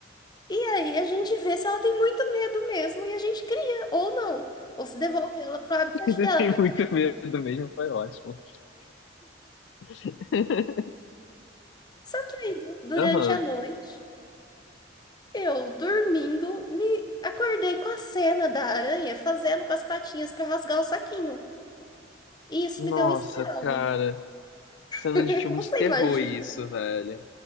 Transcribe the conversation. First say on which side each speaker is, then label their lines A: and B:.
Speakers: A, on the left; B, on the left.
A: E aí a gente vê se ela tem muito medo mesmo e a gente cria, ou não. Ou se devolve ela pro habitat
B: <laughs> Você
A: dela,
B: tem
A: coitadinha.
B: muito medo mesmo, foi ótimo. <laughs>
A: Só que aí, du- durante
B: Aham.
A: a noite, eu dormindo, me acordei com a cena da aranha fazendo com as patinhas pra rasgar o saquinho. E isso
B: Nossa,
A: me deu um estalo.
B: cara. Cena
A: <laughs>
B: de filme
A: Você
B: de terror
A: imagina?
B: isso, velho.